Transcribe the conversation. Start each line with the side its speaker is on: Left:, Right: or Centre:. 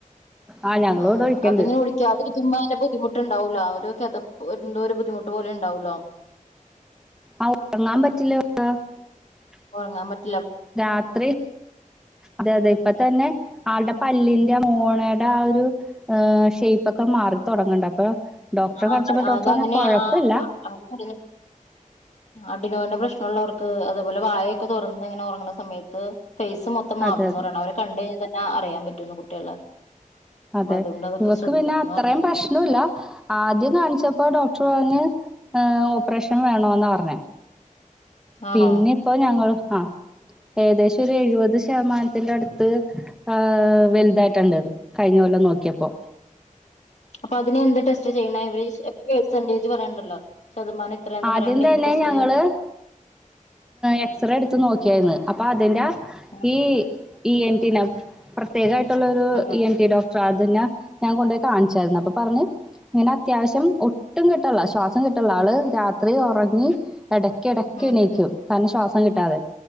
Centre: ആഹ് ഞങ്ങള്
Left: ആ
Centre: ഇവിടെ ഒഴിക്കണ്ട്
Left: അതിനി ഒഴിക്കാതെ ഇരിക്കുമ്പോൾ അതിൻ്റെ ബുദ്ധിമുട്ടുണ്ടാവൂല കിതപ് എന്തോ ഒരു ബുദ്ധി ബുദ്ധിമുട്ട് പോലെ ഉണ്ടാവല്ലോ
Centre: ആ ഉറങ്ങാൻ പറ്റില്ല <unintelligible>
Left: ഉറങ്ങാൻ പറ്റി
Centre: രാത്രി അതെ അതെ ഇപ്പ തന്നെ ആൾടെ പല്ലിന്റെ മോണയുടെ ആ ഒരു ഷേപ്പ് ഒക്കെ മാറിത്തുടങ്ങുന്നുണ്ട് അപ്പൊ ഡോക്ടറെ
Left: ആ
Centre: കാണിച്ചപ്പോ ഡോക്ടർ
Left: അതങ്ങനെ
Centre: പറഞ്ഞ് കൊഴപ്പില്ല
Left: ആ <inaudible> അടിനോഡിന്റെ പ്രശ്നം ഉള്ളവർക്ക് അതേപോലെ വാഴയൊക്കെ തുറന്ന് ഇങ്ങനെ ഉറങ്ങണ സമയത്ത് ഫേസ് മൊത്തം മാറുന്ന്
Centre: അതെ അതെ
Left: പറയണ അവരെ കണ്ടു കഴിഞ്ഞ അറിയാൻ പറ്റുന്ന് കുട്ടികളെ
Centre: അതെ
Left: അപ്പൊ അതുകൊണ്ട് അതൊക്കെ
Centre: ഇവക്ക്
Left: ശ്രദ്ധിക്കണംന്ന്
Centre: പിന്നെ അത്രയും
Left: പറഞ്ഞ്
Centre: പ്രശ്നമില്ല ആദ്യം കാണിച്ചപ്പോ ഡോക്ടർ പറഞ്ഞ് ഓപ്പറേഷൻ വേണോന്നാ പറഞ്ഞേ
Left: ആണോ
Centre: പിന്നെപ്പോൾ ഞങ്ങള് ആ ഏകദേശ എഴുപത് ശതമാനം ത്തിന്റെ അടുത്ത് ആ വലുതായിട്ടുണ്ട്ത് കഴിഞ്ഞ കൊല്ലം നോക്കിയപ്പോ
Left: അപ്പൊ അതിന് എന്ത് ടെസ്റ്റ് ചെയ്യണ ഇവര് പെർസെന്റേജ് പറയണ്ടല്ലോ ശതമാനം ഇത്രയാന്ന്
Centre: ആദ്യം
Left: പറയണ്ട
Centre: തന്നെ
Left: എന്ത് ടെസ്റ്റ്
Centre: ഞങ്ങള്
Left: ചെയ്യണം
Centre: എക്സറേ എടുത്ത് നോക്കിയാരുന്നു അപ്പൊ അതിന്റെ
Left: ഉം
Centre: ഈ ഇ എൻ ടി നെ പ്രത്യേക ത്തുള്ളൊരു
Left: ഉം
Centre: ഇ എൻ ടി ഡോക്ടർ തിനെ ഞാൻ കൊണ്ടുപോയി കാണിച്ചായിരുന്നു അപ്പൊ പറഞ്ഞ് ഇങ്ങനെ അത്യാവശ്യം ഒട്ടും കിട്ടണില്ല ശ്വാസം കിട്ടണില്ല ആള് രാത്രി ഉറങ്ങി ഇട കിടക്ക
Left: ഉം ഉം
Centre: എണീക്കും
Left: ഉം
Centre: കാരണം ശ്വാസം കിട്ടാതെ